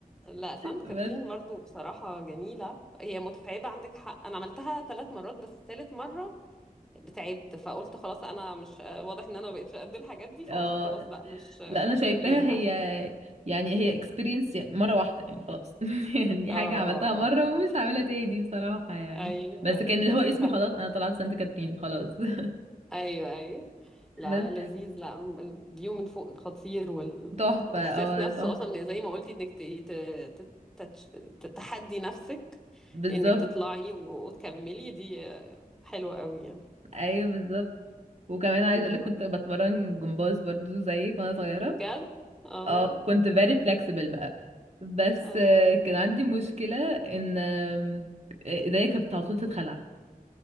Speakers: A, in the centre; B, on the right.
A: لا سانت
B: بس
A: كاترين برضو بصراحة جميلة هي متعبة عندك حق أنا عملتها ثلاث مرات بس ثالث مرة تعبت فقلت خلاص أنا مش آه، واضح إن أنا ما بقتش قد الحاجات دي فقلت
B: اه
A: خلاص لا مش
B: لا انا شايفاها
A: يعني
B: هي
A: <laughs> اه
B: يعني هي اكسبيرينس يعني مره واحده يعني خلاص <laughs> يعني
A: اه
B: حاجه عملتها
A: اه
B: مره ومش هعملها تاني بصراحه يعني
A: أي
B: بس
A: أي
B: كان اللي
A: بس
B: هو اسمي
A: فاهمة
B: خلاص انا طلعت سانت كاترين خلاص <laughs>
A: أيوه أيوه لا
B: بس
A: لذيذ لا الفيو من فوق خطير والإحساس
B: تحفه اه
A: نفسه
B: تحفه
A: أصلا زي ما قلتي إنك ت- ت- ت- تتش- تتحدي نفسك
B: بالظبط
A: إنك تطلعي وتكملي دي حلوة قوي
B: ايوه بالظبط وكمان عايز
A: يعني
B: اقولك كنت بتمرن جمباز برضو زيك وانا صغيره
A: بجد اه
B: اه كنت very flexible بقى بس
A: اه
B: آه، كان عندي مشكلة ان آم، ايديا كانت على طول تتخلع